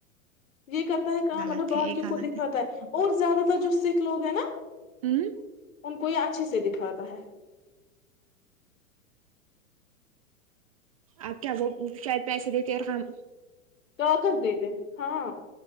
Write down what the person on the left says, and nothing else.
یہ کرتا ہے کام
مطلب باہر
کیوں
کو دکھاتا ہے اور زیادہ تر جو سکھ لوگ ہے نا
ان کو یہ اچھے سے دکھاتا ہے
توکس دیتے ہاں